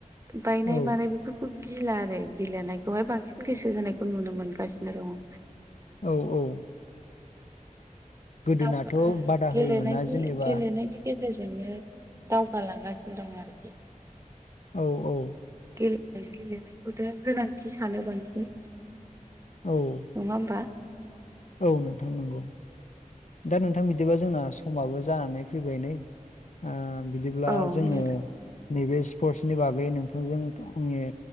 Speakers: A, on the right; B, on the left.
A: बायनाय
B: औ
A: मानाय बेफोरखौ गिला आरो गिलेनायखौहाय बांसिन गोसो होनायखौ नुनो मोनो गासिनो दङ
B: औ औ गोदोनाथ'
A: दाव
B: बादा
A: गेलेनायनि
B: होयोमोना जेनेबा
A: गेलेनायनि गेजेरजोंनो दावगालांगासिनो दं आरोखि
B: औ औ
A: गेलेनाय गेलेनायखौथ' गोनांथि सानो बांसिन
B: औ
A: नङा होनबा
B: औ नोंथां नंगौ दा नोंथां बिदिबा जोंना समाबो जानानै फैबाय नै आ बिदिब्ला
A: औ
B: जोङो
A: नोंथां
B: नैबे स्पर्टसनि बागै नोंथांजों फंने